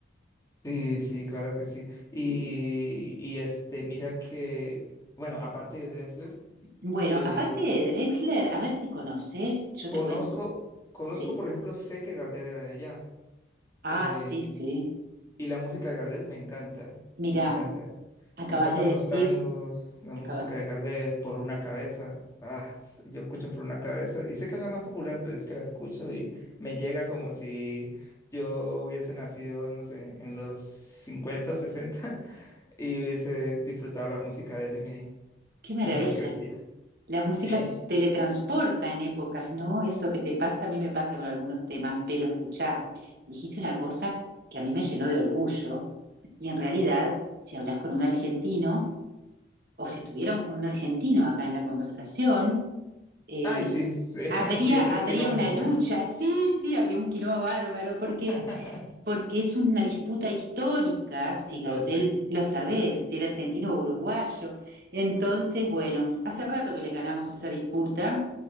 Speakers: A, on the left; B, on the right.
A: Sí, sí, claro que sí. Y, y este, mira que, bueno, aparte de Drexler,
B: Bueno,
A: eh,
B: aparte de Drexler, a ver si conoces, yo
A: Conozco,
B: te cuento.
A: conozco,
B: Sí.
A: por ejemplo, sé que Gardel era de allá.
B: Ah,
A: eh,
B: sí, sí.
A: y la música de Gardel me encanta,
B: Mirá,
A: me encanta.
B: acabas
A: Me encantan
B: de
A: los
B: decir,
A: tangos, la música
B: acaba-
A: de Gardel, Por una cabeza. Ah, s- yo escucho Por una cabeza y sé que es la más popular, pero es que la escucho y me llega como si yo hubiese nacido, no sé, en los 50 o 60 <laughs> y hubiese disfrutado la música de él mi-
B: qué maravilla.
A: mientras crecía.
B: la música
A: Eh,
B: teletransporta en épocas, ¿no? Eso que te pasa, a mí me pasa con algunos temas, pero escuchá, dijiste una cosa que a mí me llenó de orgullo y en realidad, si hablas con un argentino o si estuviéramos con un argentino acá en la conversación, eh,
A: ay, sí, sí,
B: habría,
A: <laughs> empieza
B: habría
A: el quilombo.
B: una lucha, sí, sí, habría un quilombo bárbaro, porque,
A: <laughs>
B: porque es una disputa histórica, si
A: Lo
B: Gardel
A: sé.
B: lo sabés, si era argentino o uruguayo. Entonces, bueno, hace rato que les ganamos esa disputa